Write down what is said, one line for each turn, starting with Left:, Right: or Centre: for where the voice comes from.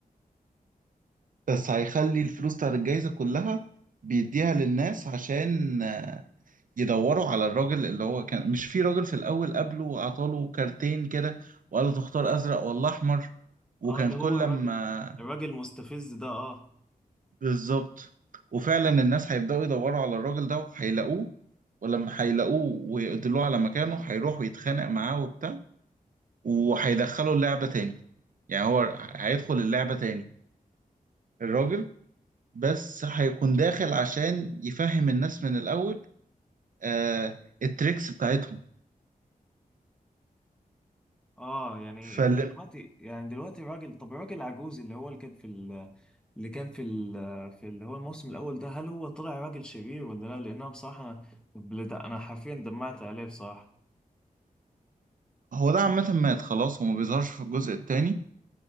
Right: بس هيخلي الفلوس بتاعت الجايزة كلها بيديها للناس عشان آه، يدوروا على الراجل اللي هو كان مش في راجل في الأول قبله وأعطاله كارتين كده وقال له تختار أزرق ولا أحمر وكان
Centre: اه اللي
Right: كل
Centre: هو الراجل
Right: ما
Centre: الراجل المستفز ده اه
Right: بالظبط وفعلا الناس هيبدأوا يدوروا على الراجل ده وهيلاقوه ولما هيلاقوه ويدلوه على مكانه هيروح ويتخانق معاه وبتاع وهيدخله اللعبة تاني يعني هو هيدخل اللعبة تاني الراجل بس هيكون داخل عشان يفهم الناس من الأول آه التريكس بتاعتهم
Centre: اه يعني
Right: فهو
Centre: يعني دلوقتي يعني دلوقتي الراجل طب الراجل العجوز اللي هو اللي كان في ال... اللي كان في ال... في اللي هو الموسم الاول ده هل هو طلع راجل شرير ولا لا لان انا بصراحه انا بلد... انا حرفيا دمعت عليه بصراحه
Right: ده عامة مات خلاص هو ما بيظهرش في الجزء التاني